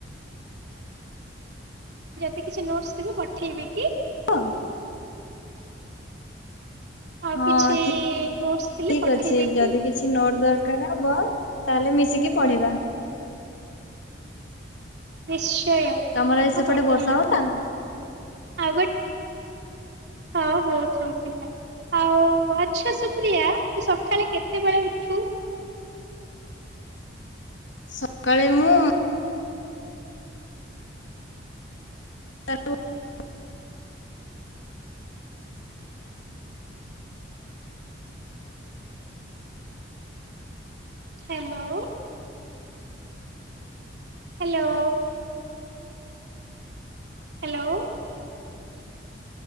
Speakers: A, on the right (about 60°); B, on the left (about 80°).
A: ଯଦି କିଛି ନୋଟସ ଥିବ ପଠେଇବି କି?
B: <unintelligible>
A: ଆଉ
B: ହଁ
A: କିଛି
B: ଠିକ
A: ନୋଟ୍ସ୍ ଥିଲେ
B: ଠିକ
A: ପଠେଇବ
B: ଅଛି
A: କି?
B: କିଛି ଯଦି ନୋଟ ଦରକାର ହବ ତାହେଲେ ମିଶିକି ପଢ଼ିବା।
A: ନିଶ୍ଚୟ ମୁଁ
B: ତମର ଆଜି ସେପଟେ
A: ପଠେଇବି
B: ବର୍ଷା ହଉଥିଲା?
A: ଆଉ ଗୋଟେ ହଁ ବହୁତ ହଉଥିଲା ଆଉ ଆଚ୍ଛା ସୁପ୍ରିୟା ତୁ ସକାଳେ କେତେ କେତେବେଳେ ଉଠୁ?
B: ସକାଳେ ମୁଁ <unintelligible>
A: ହ୍ୟାଲୋ। ହ୍ୟାଲୋ। ହ୍ୟାଲୋ।